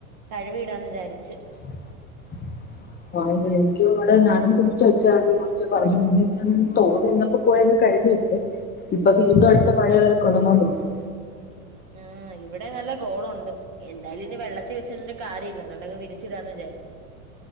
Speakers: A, on the right (about 45°); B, on the left (about 25°).
A: കഴുവി ഇടാന്ന് വിചാരിച്ചച്ച്
B: <unintelligible> ആഹ് എനിക്കും ഇവിടെ ഞാനും കുറിച്ച് വെച്ചും കുറച്ച് പറഞ്ഞു <unintelligible> തോന്നിന്നപ്പോ പോയന്ന് കഴിഞ്ഞിട്ട് ഇപ്പൊ വീണ്ടും അടുത്ത മഴയ വരെ കൊള്ളുന്നുണ്ടോന്നുന്നു
A: ആഹ് ഇവിടെ നല്ല കോളുണ്ട് എന്തായാലും വെള്ളത്തിൽ വെച്ചിരുന്നിട്ട് കാര്യമില്ല അതുകൊണ്ടങ് വിരിച്ചിടാന്ന് വിചാരിച്ചു